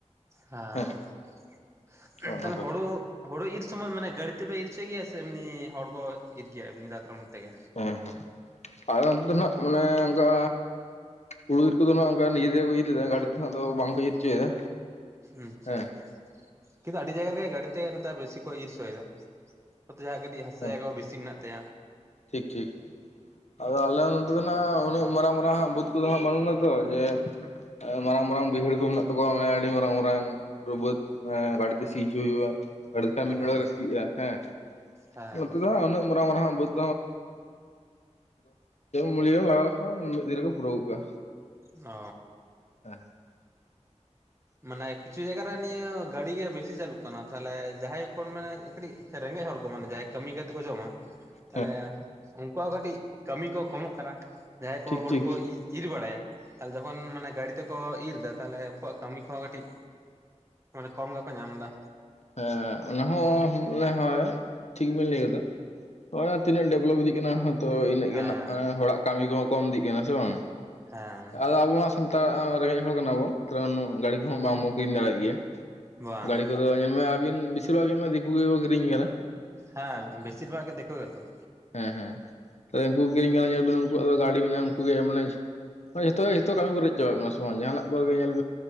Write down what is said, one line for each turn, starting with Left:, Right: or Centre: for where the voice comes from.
Right: ᱦᱮᱸ
Left: ᱦᱮᱸ ᱱᱚᱜᱼᱚ ᱱᱚᱝᱠᱟ
Right: ᱛᱟᱦᱚᱞᱮ ᱦᱩᱲᱩ ᱦᱩᱲᱩ ᱤᱨ ᱥᱚᱢᱚᱭ ᱢᱟᱱᱮ ᱜᱟᱹᱲᱤ ᱛᱮᱯᱮ ᱤᱨ ᱦᱚᱪᱚᱭ ᱜᱮᱭᱟ ᱥᱮ ᱮᱢᱱᱤ ᱦᱚᱲ ᱠᱚ ᱤᱨ ᱜᱮᱭᱟ ᱮᱢᱱᱤ ᱫᱟᱛᱨᱚᱢ ᱛᱮᱜᱮ᱾
Left: ᱦᱮᱸ ᱦᱮᱸ ᱟᱨ ᱚᱱᱛᱮ ᱱᱟᱸᱜ ᱢᱟᱱᱮ ᱚᱱᱠᱟ ᱦᱩᱲᱩ ᱤᱨ ᱠᱚᱫᱚ ᱱᱟᱸᱜ ᱚᱱᱠᱟ ᱱᱤᱡᱮ ᱛᱮᱜᱮ ᱠᱚ ᱤᱨ ᱮᱫᱟ ᱜᱟᱹᱰᱤ ᱛᱮᱦᱟᱜ ᱫᱚ ᱵᱟᱝ ᱠᱚ ᱤᱨ ᱦᱚᱪᱚᱭᱮᱫᱟ᱾
Right: ᱟᱪᱪᱷᱟ
Left: ᱦᱮᱸ
Right: ᱠᱤᱱᱛᱩ ᱟᱹᱰᱤ ᱡᱟᱭᱜᱟ ᱨᱮᱜᱮ ᱜᱟᱹᱰᱤ ᱛᱮ ᱱᱮᱛᱟᱨ ᱵᱮᱥᱤ ᱠᱚ ᱤᱨ ᱪᱚᱭᱮᱫᱟ ᱱᱚᱛᱮ ᱫᱚ ᱦᱟᱸᱜ ᱠᱟᱹᱴᱤᱡ ᱦᱟᱥᱟ
Left: ᱦᱮᱸ
Right: ᱡᱟᱭᱜᱟ ᱵᱤᱥ ᱵᱤᱥᱤ ᱢᱮᱱᱟᱜ ᱛᱟᱭᱟ
Left: ᱴᱷᱤᱠ ᱴᱷᱤᱠ ᱟᱫᱚ ᱟᱞᱮ ᱱᱚᱛᱮ ᱫᱚ ᱱᱟ ᱩᱱᱟᱹᱜ ᱢᱟᱨᱟᱝ ᱢᱟᱨᱟᱝ ᱦᱟᱸᱜ ᱵᱟᱹᱫᱷ ᱠᱚᱫᱚ ᱦᱟᱸᱜ ᱵᱟᱹᱱᱩᱜ ᱟᱛᱚ ᱡᱮ ᱢᱟᱨᱟᱝ ᱢᱟᱨᱟᱝ ᱵᱟᱹᱭᱦᱟᱹᱲ ᱠᱚ ᱢᱮᱱᱟᱜ ᱛᱟᱠᱚᱣᱟ ᱢᱟᱱᱮ ᱟᱹᱰᱤ ᱢᱟᱨᱟᱝ ᱢᱟᱨᱟᱝ ᱯᱩᱨᱟᱹ ᱵᱟᱹᱫᱷ ᱜᱟᱹᱲᱤ ᱛᱮ ᱥᱤ ᱦᱚᱪᱚ ᱦᱩᱭᱩᱜᱼᱟ᱾ ᱜᱟᱹᱰᱤ ᱛᱮᱠᱷᱟᱱ
Right: ᱦᱮᱸ
Left: ᱢᱤᱫ ᱱᱚᱲᱮᱜ ᱨᱮ ᱥᱤᱜᱼᱟ ᱦᱮᱸ
Right: ᱦᱮᱸ
Left: ᱱᱚᱛᱮ ᱫᱚ ᱦᱟᱜ ᱩᱱᱟᱹᱜ ᱢᱟᱨᱟᱝ ᱢᱟᱨᱟ ᱵᱟᱹᱫᱷ <unintelligible> ᱞᱟᱜᱟᱣ ᱞᱮᱠᱷᱟᱱ ᱢᱤᱫ ᱫᱤᱱ ᱨᱮᱠᱚ ᱯᱩᱨᱟᱹᱣ ᱠᱟᱜᱼᱟ᱾
Right: ᱚ
Left: ᱦᱮᱸ <inaudible>
Right: ᱢᱟᱱᱮ ᱠᱤᱪᱷᱩ ᱡᱟᱭᱜᱟ ᱨᱮ ᱱᱤᱭᱟᱹ ᱜᱟᱹᱰᱤᱜᱮ ᱵᱮᱥᱤ ᱪᱟᱹᱞᱩᱜ ᱠᱟᱱᱟ ᱛᱟᱦᱚᱞᱮ ᱡᱟᱦᱟᱸᱭ ᱠᱷᱚᱱ ᱢᱟᱱᱮ ᱠᱟᱹᱴᱤᱡ ᱨᱮᱸᱜᱮᱡ ᱦᱚᱲ ᱠᱚ ᱢᱟᱱᱮ ᱡᱟᱦᱟᱸᱭ ᱠᱟᱹᱢᱤ ᱠᱟᱛᱮᱫ ᱠᱚ ᱡᱚᱢᱟ
Left: <inaudible>
Right: ᱛᱟᱦᱚᱞᱮ ᱚᱱᱠᱟ ᱠᱟᱹᱴᱤᱡ ᱠᱟᱹᱢᱤ ᱠᱚ ᱠᱚᱢᱚᱜ ᱠᱟᱱᱟ ᱡᱟᱦᱟᱸᱭ
Left: ᱴᱷᱤᱠ
Right: ᱠᱚ ᱦᱳᱲᱩ
Left: ᱴᱷᱤᱠ
Right: ᱠᱚ ᱤ ᱤᱨ ᱵᱟᱲᱟᱭᱟ ᱛᱟᱦᱚᱞᱮ ᱡᱚᱠᱷᱚᱱ ᱢᱟᱱᱮ ᱜᱟᱰᱤ ᱛᱮᱠᱚ ᱤᱨ ᱫᱟ ᱛᱟᱦᱚᱞᱮ ᱩᱱᱠᱩᱣᱟᱜ ᱠᱟᱹᱢᱤ ᱠᱚᱦᱚᱸ ᱠᱟᱹᱴᱤᱡ ᱢᱟᱱᱮ ᱠᱚᱢ ᱜᱮᱠᱚ ᱧᱟᱢ ᱫᱟ᱾
Left: ᱦᱮᱸ ᱚᱱᱟ ᱦᱚᱸ ᱢᱟᱱᱮ ᱦᱳᱭ ᱴᱷᱤᱠ ᱵᱤᱱ ᱞᱟᱹᱭ ᱠᱮᱫᱟ ᱛᱤᱱᱟᱹᱜ ᱰᱮᱵᱷᱞᱚᱯ ᱤᱫᱤᱜ ᱠᱟᱱᱟᱛᱚ ᱤᱱᱟᱹᱜ ᱜᱮ
Right: ᱦᱮᱸ
Left: ᱱᱟᱜ ᱦᱚᱲᱟᱜ ᱠᱟᱹᱢᱤ ᱠᱚᱦᱚᱸ ᱠᱚᱢ ᱤᱫᱤᱜ ᱠᱟᱱᱟ ᱥᱮ ᱵᱟᱝᱼᱟ
Right: ᱦᱮᱸ
Left: ᱟᱫᱚ ᱟᱵᱚ ᱥᱟᱱᱛᱟᱲ ᱟ ᱨᱮᱸᱜᱮᱡ ᱦᱚᱲ ᱠᱟᱱᱟ ᱵᱚᱱ ᱜᱟᱹᱲᱤ ᱠᱚᱦᱚᱸ ᱵᱟᱵᱚᱱ ᱠᱤᱨᱤᱧ ᱫᱟᱲᱮᱭᱟᱜ ᱜᱮᱭᱟ
Right: ᱵᱟᱝ
Left: ᱜᱟᱹᱲᱤ ᱠᱚ ᱧᱮᱞ ᱢᱮ ᱟᱵᱤᱱ ᱵᱮᱥᱤᱨ ᱵᱷᱟᱜᱽ ᱡᱮᱢᱚᱱ ᱫᱤᱠᱩ ᱜᱮᱠᱚ ᱠᱤᱨᱤᱧ ᱠᱟᱫᱟ᱾
Right: ᱦᱮᱸ ᱵᱮᱥᱤᱨ ᱵᱷᱟᱜᱽ ᱜᱮ ᱫᱮᱠᱩ ᱜᱮᱛᱚ᱾
Left: ᱦᱮᱸ ᱦᱮᱸ ᱛᱟᱦᱚᱞᱮ ᱩᱱᱠᱩ ᱜᱮ ᱠᱤᱨᱤᱧ ᱠᱟᱱᱟ ᱧᱮᱞ ᱵᱮᱱ ᱩᱱᱠᱩᱣᱟᱜ ᱫᱚ ᱜᱟᱹᱰᱤ ᱢᱮᱱᱟᱜᱼᱟ ᱩᱱᱠᱩᱩ ᱜᱮ ᱢᱟᱱᱮ ᱡᱚᱛᱚ ᱜᱮ ᱡᱚᱛᱚ ᱠᱟᱹᱢᱤ ᱠᱚ ᱨᱮᱡ ᱪᱟᱵᱟᱭᱮᱫ ᱵᱚᱱᱟ ᱥᱚᱢᱟᱱ ᱡᱟᱦᱟᱱᱟᱜ ᱠᱚᱜᱮ ᱧᱮᱞ